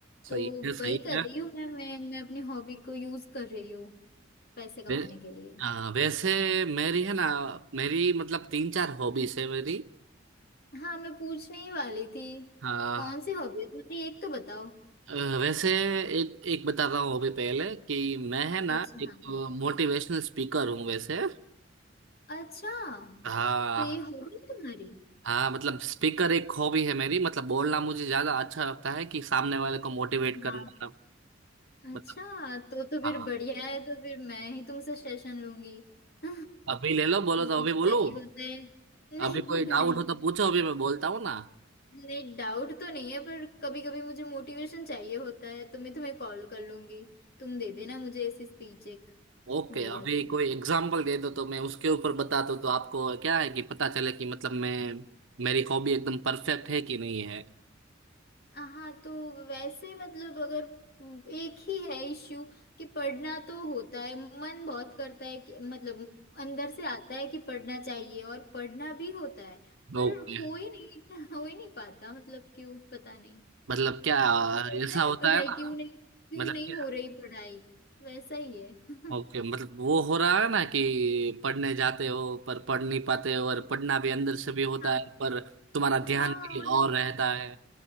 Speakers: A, on the right (about 75°); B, on the left (about 55°).
A: सही
B: तो
A: ये
B: वही
A: सही
B: कर
A: है
B: रही हूँ मैं मैं मैं अपनी हॉबी को यूज कर रही हूँ पैसे कमाने
A: वै,
B: के लिए
A: आ, वैसे मेरी है ना मेरी मतलब तीन चार हॉबीज है मेरी
B: हाँ मैं पूछने ही वाली थी
A: हाँ
B: कौन सी हॉबी है तुम्हारी एक तो बताओ
A: अ, वैसे एक एक बता रहा हूँ हॉबी पहले कि मैं है ना
B: अच्छा
A: एक
B: हाँ बताओ
A: मोटिवेशनल स्पीकर हूँ वैसे
B: अच्छा
A: हाँ
B: तो ये हॉबी है तुम्हारी
A: हाँ मतलब स्पीकर एक हॉबी है मेरी मतलब बोलना मुझे ज्यादा अच्छा लगता है कि सामने वाले को मोटिवेट करना
B: हाँ
A: मतलब
B: अच्छा तो तो फिर
A: हाँ
B: बढ़िया है तो फिर मैं ही तुमसे सेशन लूंगी <laughs>
A: अभी ले लो बोलो
B: मुझे
A: तो अभी
B: चाहिए
A: बोलो
B: होता है नहीं
A: अभी कोई डाउट
B: नहीं
A: हो तो पूछो अभी मैं बोलता हूँ ना
B: नहीं डाउट तो नहीं है पर कभी कभी मुझे मोटिवेशन चाहिए होता है तो मैं तुम्हें कॉल कर लूंगी तुम दे देना मुझे ऐसी स्पीच एक
A: ओके
B: बढ़िया
A: अभी
B: सी
A: कोई एग्जांपल दे दो तो मैं उसके ऊपर बता दूँ तो आपको क्या है कि पता चले कि मतलब मैं मेरी हॉबी एकदम परफेक्ट है कि नहीं है
B: हाँ तो वैसे मतलब अगर एक ही है इश्यू कि पढ़ना तो होता है मन बहुत करता है कि मतलब अंदर से आता है कि पढ़ना चाहिए और पढ़ना भी होता है पर
A: ओके
B: हो ही नहीं <laughs> हो ही नहीं पाता मतलब क्यों पता नहीं
A: मतलब क्या
B: वो होता
A: ऐसा
B: है
A: होता
B: ना पढ़ाई
A: है ना
B: क्यों नहीं क्यों
A: मतलब
B: नहीं
A: क्या
B: हो रही पढ़ाई वैसा ही है
A: ओके मतलब वो हो रहा है ना कि पढ़ने जाते हो पर पढ़ नहीं पाते हो और पढ़ना भी अंदर से भी होता
B: हाँ
A: है पर तुम्हारा
B: हाँ
A: ध्यान कहीं
B: और
A: और रहता है